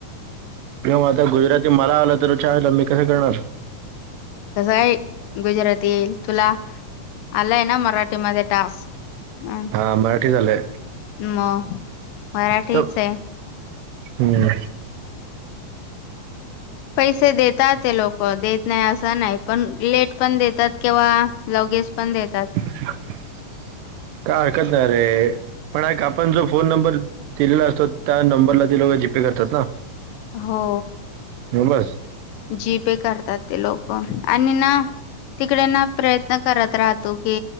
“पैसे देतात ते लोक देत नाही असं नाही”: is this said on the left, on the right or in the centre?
Left